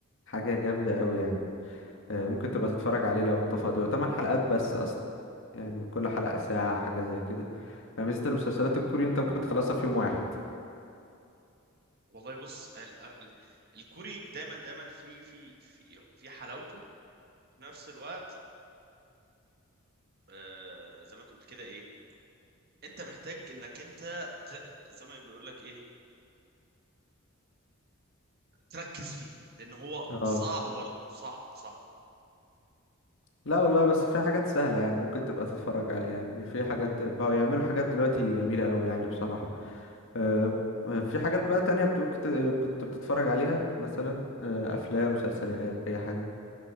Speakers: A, on the left; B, on the right.
A: حاجه جامده قوي يعني آه ممكن تبقى تتفرج عليه لو انت فاضي هو 8 حلقات بس اصلا يعني كل حلقه ساعه حاجه زي كده فميزة المسلسلات الكوري انت ممكن تخلصها في يوم واحد
B: والله بص ال ال الكوري دايما دايما في في في في حلاوته في نفس الوقت آه زي ما تقول كده ايه انت محتاج انك انت ت- زي ما بيقول لك ايه تركز فيه لان هو صعب
A: اه
B: برضه صعب صعب
A: لا والله بس في حاجات سهلة يعني ممكن تبقى تتفرج عليها يعني في حاجات بقوا يعملوا حاجات دلوقتي جميلة أوي يعني بصراحة آه في حاجات بقى تانية بت- كنت كنت بتتفرج عليها مثلا آه أفلام مسلسلات أي حاجة